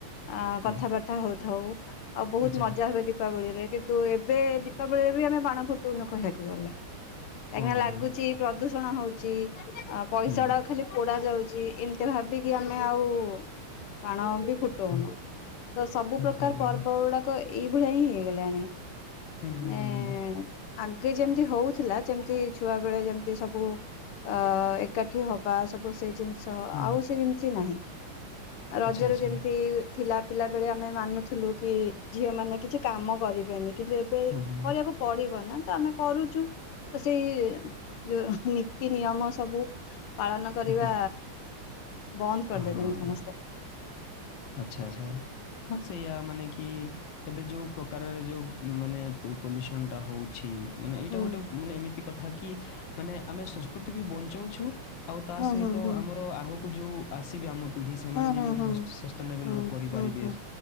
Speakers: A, on the left; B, on the left.
A: ଆ
B: ହଁ।
A: କଥାବାର୍ତ୍ତା ହୋଉଥାଉ ଆଉ ବହୁତ୍
B: ଆଚ୍ଛା।
A: ମଜା ହୁଏ ଦି ଦୀପାବଳିରେ। କିନ୍ତୁ ଏବେ ଦୀପାବଳିରେ ବି ଆମେ ବାଣ ଫୁଟୋଉନୁ କହିବାକୁ ଗଲେ କାହିଁକିନା
B: ହଁ, ହଁ,
A: ଲାଗୁ
B: ହଁ,
A: ତି ପ୍ରଦୂଷଣ ହୋଉଚି ପଇସା
B: ହଁ,
A: ଗୁଡାକ ଖାଲି ପୋଡା ଯାଉଚି। ଏମ୍ତି ଭାବିକି ଆମେ ଆଉ ବାଣ ବି ଫୁଟୋଉନୁ
B: ହଁ।
A: ତ ସବୁ
B: ଆଚ୍ଛା,
A: ପ୍ରକାର
B: ଆଚ୍ଛା।
A: ପର୍ବ ଗୁଡାକ ଏଇଭଳିଆ ହିଁ ହେଇଗଲାଣି।
B: ହୁଁ,
A: ମାନେ
B: ହୁଁ, ହୁଁ, ହୁଁ,
A: ଆଗେ ଯେମିତି ହୋଉଥିଲା ଯେମିତି ଛୁଆ ବେଳେ ଯେମିତି ସବୁ ଅ ଏକାଠି ହବା ସବୁ ସେ ଜିନି ସ
B: ହୁଁ।
A: ଆଉ ସେମିତି ନାହିଁ ରଜରେ
B: ଆଚ୍ଛା, ଆଚ୍ଛା।
A: ଯେମିତି ଥିଲା। ପିଲାବେେଳେ ଆମେ ମାନୁଥିଲୁ କି ଝିଅ ମାନେ କିଛି କାମ କରିବେନି। କିନ୍ତୁ ଏବେ
B: ହଁ, ହଁ,
A: କରିବାକୁ ପଡିବ ନା ତ ଆମେ କରୁଚୁ। ତ ସେଇ ଯୋଉ ନୀତି ନିୟମ ସବୁ ପାଳନ
B: ହଁ।
A: କରିବା ବନ୍ଦ କରିଦେଲେଣି
B: ହଁ, ହଁ,
A: ସମସ୍ତେ।
B: ଆଚ୍ଛା ଆଚ୍ଛା ହଁ ସେଇଆା ମାନେ କି ଏବେ ଯୋଉ ପ୍ରକାରରେ ଯୋଉ ମାନେ ପଲ୍ୟୁସନ ଟା ହୋଉଛି ମାନେ ଏଇଟା
A: ହୁଁ
B: ଗୋଟେ ମାନେ ଏମିତି କଥା କି ମାନେ ଆମେ ସଂସ୍କୃତିକୁ ବି ବଞ୍ଚାଉଛୁ। ଆଉ ତା
A: ହୁଁ
B: ସହିତ
A: ହୁଁ ହୁଁ
B: ଆମର ଆଗକୁ ଯୋଉ ଆସିବେ ଆମ ପିଢି ସେମାନେ
A: ହୁଁ
B: ଯେମିତି
A: ହୁଁ
B: ସଷ୍ଟେନେବଲ
A: ହୁଁ
B: ରୁ କରିପାରିବେ
A: ହୁଁ ହୁଁ ହୁଁ।